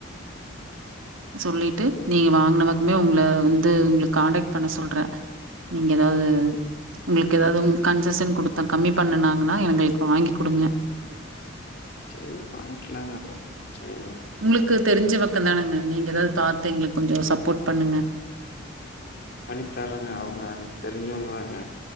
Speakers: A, on the right; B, on the left.
A: சொல்லிட்டு நீங்க வாங் நமக்குமே உங்கள வந்து உங்களுக் கான்டேக்ட் பண்ண சொல்றே நீங்க எதாவது உங்களுக்கெதாது கன்ஜெஷன் குடுத்தங் கம்மி பண்ணுனாங்கன்னா எங்களுக்கு வாங்கி குடுங்க
B: சேரி வாங்கிக்கலாங்க அப்றோ சேரிங்களா
A: உங்களுக்கு தெரிஞ்ச பக்கந்தானங்க நீங்க எதாது பாத்து எங்களுக்கு கொஞ்சோ சப்போர்ட் பண்ணுங்க
B: பண்ணி தரேங்க அவங்க எனக் தெரிஞ்சவங்க தாங்க